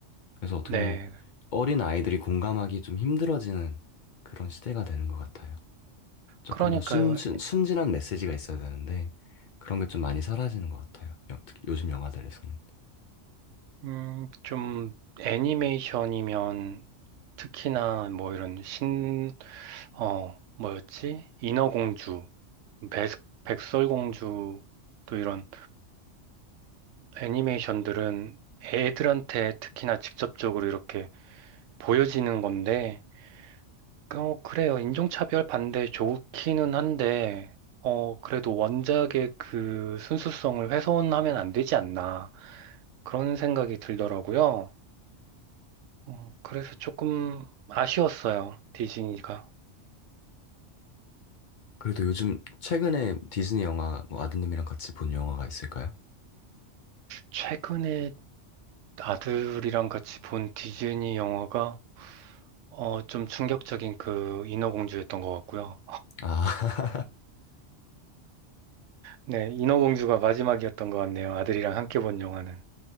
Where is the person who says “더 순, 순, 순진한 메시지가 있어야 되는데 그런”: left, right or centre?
Left